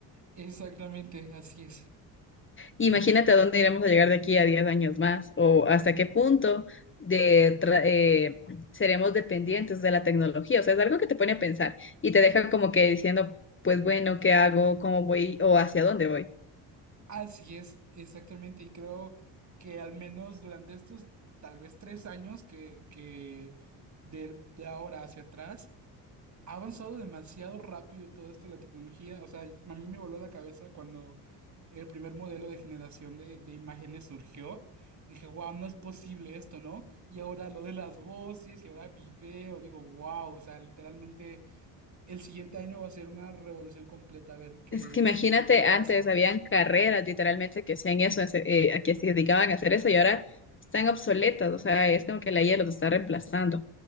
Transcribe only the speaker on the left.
Imagínate a dónde iremos a llegar de aquí a 10 años más o hasta qué punto de tra- eh, seremos dependientes de la tecnología. O sea, es algo que te pone a pensar y te deja como que diciendo, pues bueno, ¿qué hago? ¿Cómo voy? ¿O hacia dónde voy?
Es que imagínate,
antes habían carreras literalmente que hacían eso, ese- eh, a que se dedicaban a hacer eso y ahora están obsoletas. O sea, es como que la IA los está reemplazando.